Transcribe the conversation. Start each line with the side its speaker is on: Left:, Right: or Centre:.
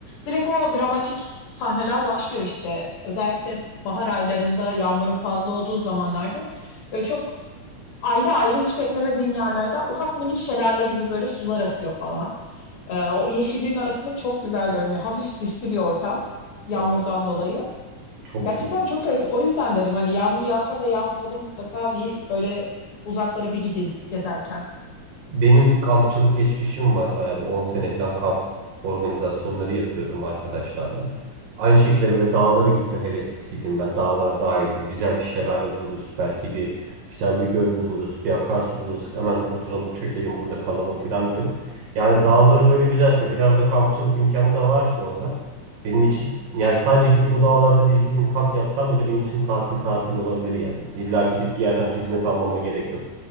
Left: direkt o dramatik sahneler başlıyor işte özellikle bahar aylarında yağmurun fazla olduğu zamanlarda böyle çok ayrı ayrı hiç beklemediğin yerlerden ufak minik şelale gibi böyle sular akıyor falan Ee, o yeşilliğin arasında çok güzel görünüyor hafif sisli bir ortam yağmurdan
Right: Of,
Left: dolayı.
Right: çok
Left: Gerçekten
Right: iyi.
Left: çok gerekli. O yüzden dedim hani yağmur yağsa da yağmasa da mutlaka bir böyle uzaklara bir gidin gezerken.
Right: Benim kampçılık geçmişim var. Bayağı bir 10 sene falan kamp organizasyonları yapıyordum arkadaşlarla. Aynı şekilde böyle dağlara gitme heveslisiydim ben. Dağlar daha iyidir. Güzel bir şelale buluruz. Belki bir güzel bir göl buluruz. Bir akarsu buluruz. Hemen oturalım, çökelim, burada kalalım falan diyorum. Yani dağları böyle güzelse, biraz da kampçılık imkanı da varsa orada benim için yani sadece gidip o dağlarda bir iki gün kamp yapsam bile benim için tatil tatil olabilir yani. İlla gidip bir yerden hizmet almama gerek yok.